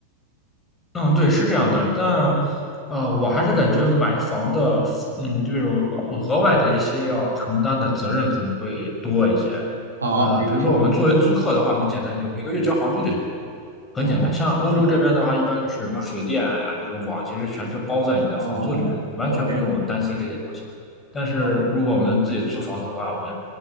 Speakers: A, on the left (about 20°); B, on the right (about 80°).
A: 嗯，对，是这样的。但呃，我还是感觉买房的，嗯，这种额外的一些要承担的责任可能会多一些。
B: 啊，
A: 呃，
B: 比如说，
A: 比如说我们作为租客的话，我们简单就每个月交房租就行了。很简单，
B: 哦，
A: 像欧洲这边的话，
B: 是的，
A: 一般都是什么水电呀、这种网，其实全是包在你的房租里面的，
B: 哦
A: 你完全不用担心这些东西。
B: o k
A: 但是如果我们自己租房子的话，
B: o
A: 我们